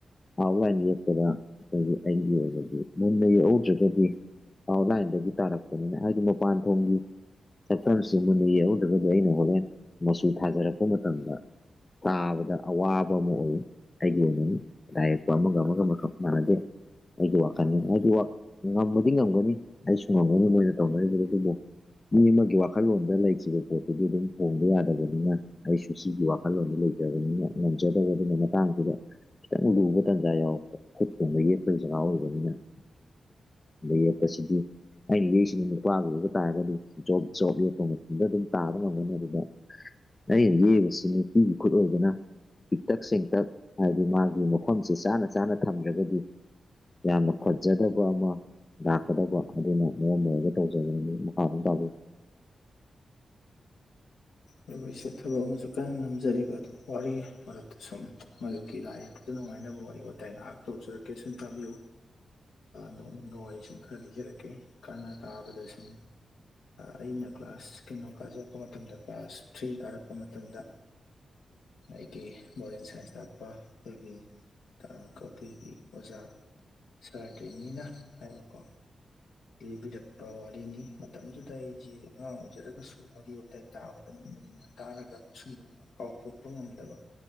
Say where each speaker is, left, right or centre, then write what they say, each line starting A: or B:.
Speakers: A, on the left; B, on the left.
A: ꯑꯥꯎꯠꯂꯥꯏꯟ ꯌꯦꯛꯄꯗ ꯑꯩꯈꯣꯏꯒꯤ ꯑꯩꯒꯤ ꯑꯣꯏꯕꯗꯤ ꯃꯨꯟꯅ ꯌꯦꯛꯍꯧꯗ꯭ꯔꯒꯗꯤ ꯑꯟꯂꯥꯏꯟꯗꯒꯤ ꯇꯥꯔꯛꯄꯅꯤꯅ ꯍꯥꯏꯗꯤ ꯃꯄꯥꯟ ꯊꯣꯡꯒꯤ ꯁꯛꯇꯝꯁꯤ ꯃꯨꯟꯅ ꯌꯧꯍꯧꯗ꯭ꯔꯒꯗꯤ ꯑꯩꯅ ꯍꯣꯔꯦꯟ ꯃꯆꯨ ꯊꯥꯖꯔꯛꯄ ꯃꯇꯝꯗ ꯇꯥꯕꯗ ꯑꯋꯥꯕ ꯑꯃ ꯑꯣꯏꯌꯦ ꯑꯩꯒꯤ ꯑꯣꯏꯕꯅꯤ ꯂꯥꯏ ꯌꯦꯡꯕ ꯑꯃꯒ ꯑꯃꯒ ꯃꯥꯟꯅꯗꯦ ꯑꯩꯒꯤ ꯋꯥꯈꯜ ꯑꯩꯗꯤ ꯉꯝꯕꯗꯤ ꯉꯝꯒꯅꯤ ꯑꯩꯁꯨ ꯉꯝꯒꯅꯤ ꯃꯣꯏꯅ ꯇꯧꯅꯔꯤꯕ ꯑꯗꯨꯕꯨ ꯃꯤ ꯑꯃꯒꯤ ꯋꯥꯈꯜꯂꯣꯟꯗ ꯂꯩꯈꯤꯕ ꯄꯣꯠꯇꯨꯗꯤ ꯑꯗꯨꯝ ꯍꯣꯡꯕ ꯌꯥꯗꯕꯅꯤꯅ ꯑꯩꯁꯨ ꯁꯤꯒꯤ ꯋꯥꯈꯜꯂꯣꯟꯗ ꯂꯩꯖꯕꯅꯤꯅ ꯉꯝꯖꯗꯕ ꯑꯗꯨꯅ ꯃꯇꯥꯡꯁꯤꯗ ꯈꯤꯇꯪ ꯂꯨꯕ ꯇꯥꯟꯖ ꯌꯥꯎꯔꯛꯄ ꯂꯩꯌꯦ <unintelligible> <unintelligible> ꯐꯣꯏ ꯆꯒꯥꯥ ꯑꯣꯏꯖꯅꯤꯁꯨꯠ ꯂꯩ <unintelligible> ꯃꯁꯤꯗꯤ ꯑꯩꯅ ꯌꯦꯡꯢꯁꯤꯅ ꯅꯨꯄꯥꯒꯤ ꯑꯣꯏꯕ ꯇꯥꯔꯒꯗꯤ ꯖꯣꯕ ꯖꯣꯕ ꯌꯦꯛꯄ ꯃꯇꯝꯗ ꯑꯗꯨꯝ ꯇꯥꯕ ꯉꯝꯒꯅꯤ ꯑꯗꯨꯗ ꯑꯩꯅ ꯌꯦꯛꯕꯁꯤ ꯅꯨꯄꯤꯒꯤ ꯈꯨꯠ ꯑꯣꯏꯕꯅ ꯄꯤꯛꯇꯛ ꯆꯦꯡꯇꯛ ꯍꯥꯏꯗꯤ ꯃꯥꯒꯤ ꯃꯐꯝꯁꯤ ꯆꯥꯅ ꯆꯥꯅ ꯊꯝꯗ꯭ꯔꯒꯗꯤ ꯌꯥꯝꯅ ꯐꯖꯗꯕ ꯑꯃ ꯂꯥꯛꯀꯗꯧꯕ ꯑꯗꯨꯅ ꯃꯑꯣꯡ <unintelligible> ꯇꯧꯖꯕꯅꯤ ꯃꯈꯥ ꯑꯗꯨꯝ ꯇꯥꯕꯤꯌꯨ
B: ꯑꯗꯨꯒ ꯑꯩꯁꯦ ꯊꯕꯛ ꯑꯃꯁꯨ ꯀꯟꯅ ꯅꯝꯖꯔꯤꯕ ꯑꯗꯣ ꯋꯥꯔꯤ ꯃꯔꯛꯇ ꯁꯨꯝ ꯃꯔꯨꯞꯀꯤ ꯂꯥꯏ ꯌꯦꯛꯄꯗꯨ ꯅꯨꯡꯉꯥꯏꯅꯕ ꯋꯥꯔꯤ ꯋꯥꯇꯥꯏ ꯉꯥꯏꯍꯥꯛꯇ ꯇꯧꯖꯔꯛꯀꯦ ꯁꯨꯝ ꯇꯥꯕꯤꯌꯨ ꯅꯣꯛꯅꯤꯡꯕ ꯋꯥꯔꯤ ꯁꯨꯝ ꯈꯔ ꯂꯤꯖꯔꯛꯀꯦ ꯀꯅ ꯇꯥꯕꯗ ꯁꯨꯝ ꯑꯩꯅ ꯀ꯭ꯂꯥꯁ ꯀꯩꯅꯣ ꯀꯥꯖꯔꯛꯄ ꯃꯇꯝꯗ ꯀ꯭ꯂꯥꯁ ꯊ꯭ꯔꯤ ꯀꯥꯔꯛꯄ ꯃꯇꯝꯗ ꯑꯩꯒꯤ ꯃꯣꯔꯦꯟ ꯁꯥꯏꯟꯁ ꯀꯥꯛꯄ ꯑꯩꯈꯣꯏꯒꯤ ꯀꯥꯕꯨꯢꯒꯤ ꯑꯣꯖꯥ ꯁꯥꯔ ꯗꯦꯅꯤꯅ ꯍꯥꯏꯕꯀꯣ ꯂꯤꯕꯤꯔꯛꯄ ꯋꯥꯔꯤꯅꯤ ꯃꯇꯝꯗꯨꯗ ꯑꯩꯁꯦ ꯑꯉꯥꯡ ꯑꯣꯏꯖꯔꯒꯁꯨ ꯋꯥꯔꯤ ꯋꯥꯇꯥꯏ ꯇꯥꯕꯗ ꯃꯨꯟꯅ ꯇꯥꯔꯒ ꯁꯨꯝ ꯀꯥꯎꯊꯣꯛꯄ ꯉꯝꯗꯕ